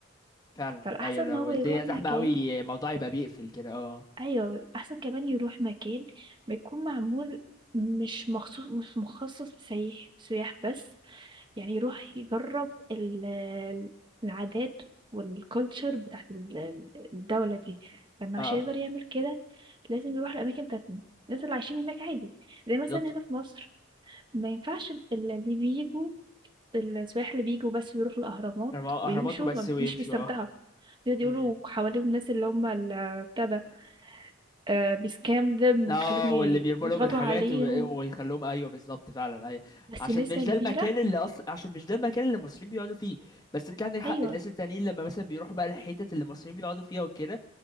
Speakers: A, on the left; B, on the right.
A: فعلا
B: فالأحسن
A: ايوه
B: إن
A: لو
B: هو
A: الدنيا
B: يروح
A: زحمه
B: مكان
A: قوي الموضوع يبقى بيقفل كده اه
B: أيوه، الأحسن كمان يروح مكان بيكون معمول مش مخصوص مش مخصص لسايح سياح بس، يعني يروح يجرّب ال <hesitation> ال- العادات والculture بتاعة ال <hesitation> ال الدولة دي، فإنه
A: اه
B: عشان يقدر يعمل كده لازم يروح الأماكن بتاعة الناس اللي عايشين هناك عادي، زي مثلًا
A: بالظبط
B: هنا في مصر ما ينفعش ال اللي بييجوا السياح اللي بييجوا بس بيروحوا الأهرامات
A: المو-
B: ويمشوا
A: اهرامات وبس
B: ما
A: ويمشوا
B: مش بيستمتعوا،
A: اه
B: بيقعدوا
A: م-
B: يقولوا
A: م.
B: حواليهم ناس اللي هم ال بتاع ده، آآ بيscam them ويخلّيهم
A: اه
B: ي
A: واللي بيرموا
B: بيضغطوا
A: لهم الحاجات
B: عليهم،
A: و- ويخلوهم ايوه بالظبط فعلا ايوه
B: بس
A: عشان
B: نسبة
A: مش ده
B: كبيرة
A: المكان اللي اصلا عشان مش ده المكان اللي المصريين بيقعدوا فيه بس انت عندك حق
B: أيوه،
A: الناس التانيين لما مثلا بيروحوا بقى الحتت اللي المصريين بيقعدوا فيها وكده